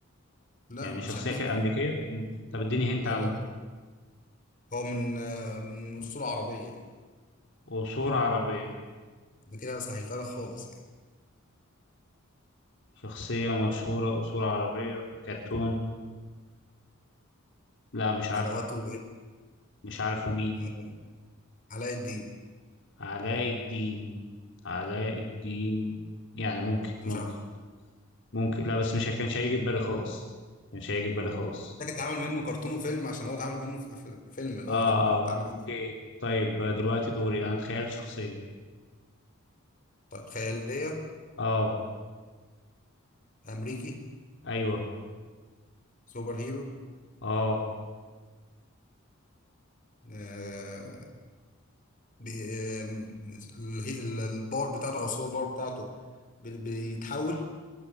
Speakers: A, on the left; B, on the left.
A: لا
B: يعني
A: مش
B: شخصيه
A: أمريكي
B: ك- امريكيه مم. طب اديني هنت
A: لا
B: عنه
A: لا لا. هو من آه، من أصول عربية يعني
B: قصور عربيه
A: ده كده سهلتها لك خالص يعني
B: شخصيه مشهوره قصور عربيه كرتون لا مش عارفه
A: أدواته بقت-
B: مش عارفه مين
A: آه، علاء الدين
B: علاء الدين علاء الدين يعني ممكن
A: انت
B: ممكن
A: مش
B: ممكن لا بس مش كانش هيجي في بالي خالص كانش هيجي في بالي خالص
A: محتاج اتعمل منه كرتون وفيلم عشان هو اتعمل منه في أف- الفيلم اللي
B: اه
A: هو اللي
B: اه
A: اتعمل
B: اوكي طيب آه، دلوقتي دوري انا تخيلت شخصيه
A: طيب خيالية
B: اه
A: أمريكي
B: ايوه
A: سوبر هيرو
B: اه
A: آه بي- آم، الهي- ال- الباور بتاعته أو السوبر باور بتاعته بي- بيتحول